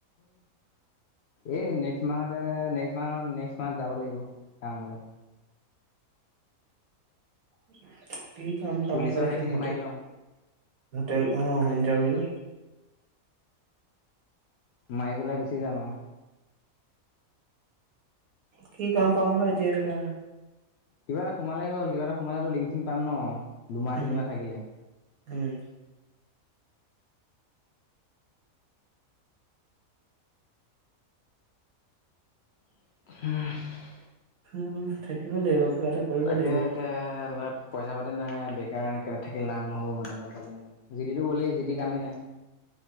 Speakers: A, on the left; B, on the right.
A: এই নেক্স মাহতে নেক্স মাহ নেক্স মাহ যাব লাগিব কামলে
B: উ কি কাম পাম
A: পুলিচৰ
B: বা এতিয়া
A: সেইখিনি
B: হোতে
A: মাৰি লওঁ
B: হোটেল অ ইন্টাৰভিউ
A: মাৰি গলেই গুচি যাম আৰু
B: কি কাম পাম বা এতিয়া গেলা
A: কিবা এটা সোমালেই হ'ল কিবা এটা সোমালেতো লিংচিং পাম ন দুমাহ
B: উম
A: তিনিমাহ থাকিলে
B: উম
A: উম উম
B: উম থাকিবই লাগিব কিবা এটা কৰিব
A: তাকে
B: লাগিব
A: এতিয়া পইচা পাতি নাই বেকাৰ এনেক থাকি লাভ নহ'ব মানে গম পালো মই যিটিটো গ'লেই যিটি কামেই নাই